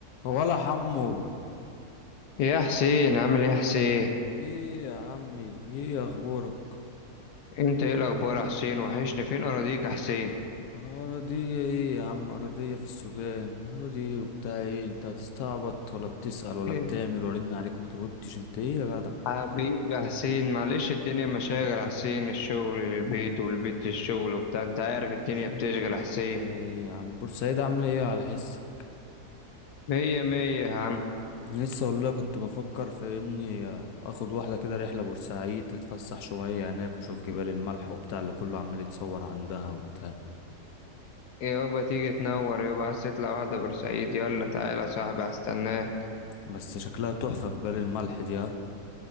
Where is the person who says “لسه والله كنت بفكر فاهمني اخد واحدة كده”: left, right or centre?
Left